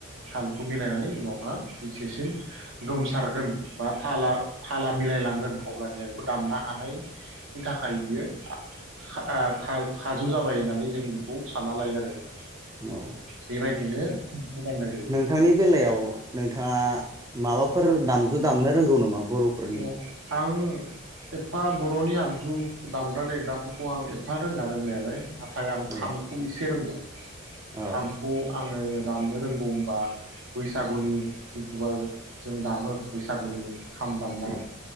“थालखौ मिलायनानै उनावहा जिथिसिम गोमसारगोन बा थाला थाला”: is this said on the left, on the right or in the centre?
Right